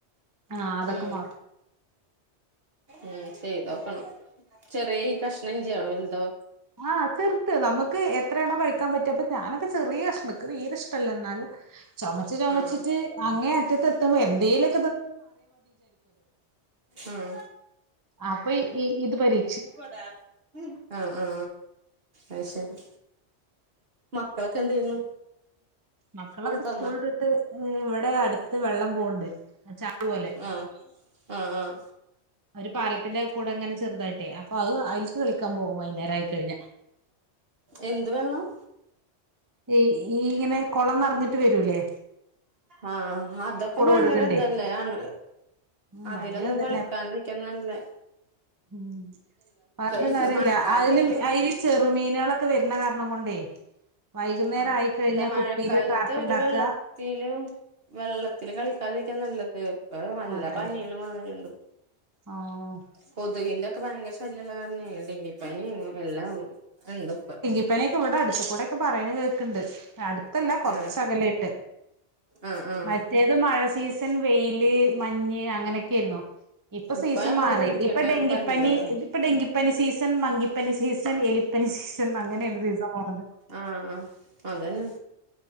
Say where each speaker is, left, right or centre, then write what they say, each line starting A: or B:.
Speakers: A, on the right (about 20°); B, on the right (about 55°).
A: ആഹ് അതൊക്കെ
B: ഉം
A: മാറും
B: ഉം ചെയ്തോക്കണം, ചെറിയ ഈ കഷ്ണം ഇഞ്ചിയോ വെൽതോ?
A: ആഹ് ചെർത് നമ്മക്ക് എത്രയാണോ കഴിക്കാൻ പറ്റ, അപ്പൊ ഞാനൊക്കെ ചെറിയഷ്ണ ൻക്ക് തീരെഷ്ടല്ല. ന്നാലു ചൊമച്ച് ചൊമച്ചിറ്റ്
B: ആഹ്
A: അങ്ങേ അറ്റത്തെത്തുമ്പോ എന്തെലു
B: ഉം
A: അപ്പോ ഈ ഇത് പരി
B: <unintelligible> ആഹ് ആ അയ് ശരി മക്കളൊക്കെ എന്ത് ചെയ്യുന്നു?
A: മക്കളൊക്കെ
B: സ്കൂളിട്ട് വന്നോ
A: സ്കൂളില്ഇട്ട് ഇവിടെ അടുത്ത് വെള്ളം പോകണ്ട് ചാല് പോലെ
B: ആഹ്ആ ആ..
A: ഒരു പാലത്തിന്റെ കൂടെ അങ്ങനെ ചെറുതായിട്ടേ അപ്പൊ അത് അലി കളിക്കാൻ പോകും വൈകുന്നര ആയിക്കഴിഞ്ഞ..
B: എന്ത് വെള്ളം?
A: ഈ ഇങ്ങനെ കൊള്ളംനറഞ്ഞിട്ട് വരൂല്ലേ?
B: ആഹ് അതൊക്കെ ഭയങ്കര
A: ഒഴുകണ്ടേ
B: ഇതല്ലേ ആണ്
A: ഉം
B: അതിലൊന്നും
A: ഭയങ്കര ഇതന്നെ
B: കളിക്കാൻരിക്കൻ നല്ലേ..
A: ഉം പറഞ്ഞിട്ട്
B: ഇപ്പ
A: കാര്യാല്ല
B: മഴക്കാലത്ത്
A: അയല്
B: ഒരു
A: അയല് ചെറുമീനുകളൊക്കെ വരുന്ന കാരണം കൊണ്ടേ വൈകുന്നേരം
B: ആഹ്
A: ആയിക്കഴിഞ്ഞാ
B: അല്ല മഴക്കാലത്ത്
A: കുപ്പിയില് ട്രാപ്പ്
B: ഒരു
A: ഉണ്ടാക്ക
B: വെള്ള ത്തിലും വെള്ളത്തില് കളിക്കാതിരിക്കാൻ നല്ലത്. ഇപ്പോ നല്ല
A: അതെ
B: പനി
A: അതെ
B: ഇള്ള <unintelligible> മതിയുണ്ട്
A: ആഹ്
B: കൊതകിന്റെ ഒക്കെ ഭയങ്കര ശല്യമള്ള കാരണേ ഡെങ്കിപ്പനി എല്ലാം ഉണ്ട്പ്പോ
A: ഇപ്പനെയൊക്കെ ഇവിടെ അടുത്ത കൂടെയൊക്കെ പറയണ കേൾക്കുണ്ട് അടുത്തല്ല കൊറച്ചകലായിട്ട്
B: ആഹ് ആഹ് ആഹ്
A: മറ്റ് മറ്റേത് മഴ സീസൺ വെയില് മഞ്ഞ് അങ്ങനെക്കെ ക്കെര്ന്നു ഇപ്പോസീസൺ
B: ഇപ്പ നമ്മള്
A: മാറി
B: പേടിക്കേണ്ട
A: ഇപ്പൊ ഡെങ്കിപ്പനി
B: പനികളാണ്
A: ഇത് ഇപ്പൊ ഡെങ്കിപ്പനി സീസൺ മങ്കിപ്പനി സീസൺ എലിപ്പനി സീസൺ അങ്ങനെയാണ് സീസൺ പൊന്നത്.
B: ആഹാ ആ അതന്നെ